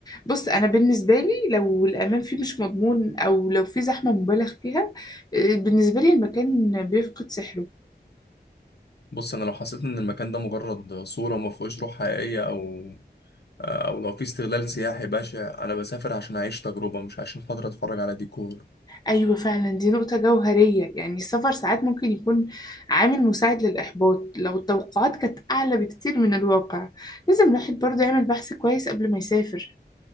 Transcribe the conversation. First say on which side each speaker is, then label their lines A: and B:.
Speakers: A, on the left (about 20°); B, on the left (about 65°).
A: بص انا بالنسبة لي لو الامان فيه مش مضمون او لو في زحمة مبالغ فيها اه، بالنسبة لي المكان بيفقد سحره
B: بص انا لو حسيت ان المكان ده مجرد صوره ما فيهوش روح حقيقيه او آه، او لو في استغلال سياحي بشع انا بسافر عشان اعيش تجربه مش عشان خاطر اتفرج على ديكور
A: ايوه فعلا دي نقطة جوهرية يعني السفر ساعات ممكن يكون عامل مساعد للاحباط لو التوقعات كانت اعلى بكتير من الواقع لازم الواحد برضه يعمل بحث كويس قبل ما يسافر